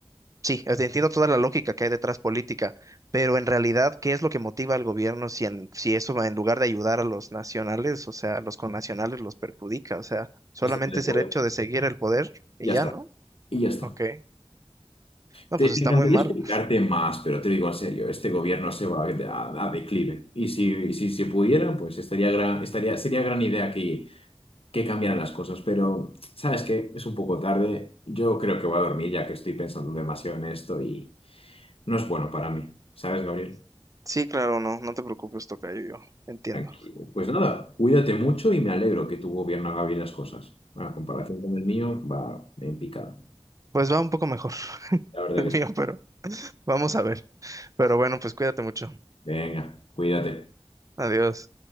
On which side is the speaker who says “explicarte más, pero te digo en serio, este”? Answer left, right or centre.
Left